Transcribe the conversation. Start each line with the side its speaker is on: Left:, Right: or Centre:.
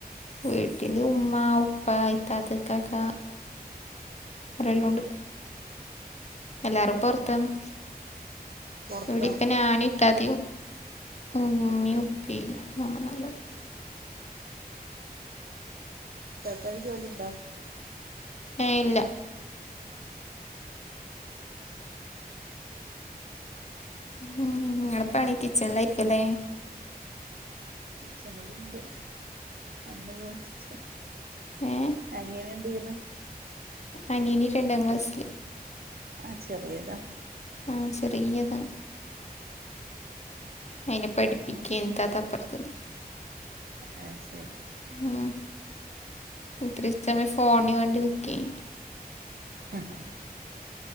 Left: വീട്ടില് ഉമ്മ ഉപ്പ ഇത്താത്ത ഇക്കാക്ക ഒരെല്ലോണ്ട് എല്ലാരും പൊറ്ത്താന്ന്
Right: പൊറത്താ
Left: ഈടിപ്പോ ഞാന് ഇത്താത്തയും ഉമ്മിയും ഉപ്പിയും നമ്മ നാലാളും
Right: ഇത്താത്താക്ക് ജോലിണ്ടോ?
Left: ഏഹ് ഇല്ല ഉം ഇങ്ങളെ പണി കിച്ചണ്ലേക്കുല്ലേ
Right: കിച്ചണ്ല്ണ്ട് അന്ന് പോയിട്ട്
Left: ഏ
Right: അനിയനെന്തെയ്യ്ണു
Left: അനീൻ രണ്ടാ ക്ലാസ്‌ല്
Right: ആഹ് ചെറിയേതാ
Left: ആഹ് ചെറിയ്യതാ അയിനെ പഠിപ്പിക്ക്യേന്
Right: ആ
Left: ഇത്താത്ത അപ്പറ്ത്ത്ന്ന്
Right: അഹ് ശെരി
Left: ഉം ഇത്രേം സമയം ഫോണി കണ്ട് ന്ന്ക്കേനി
Right: ഹ്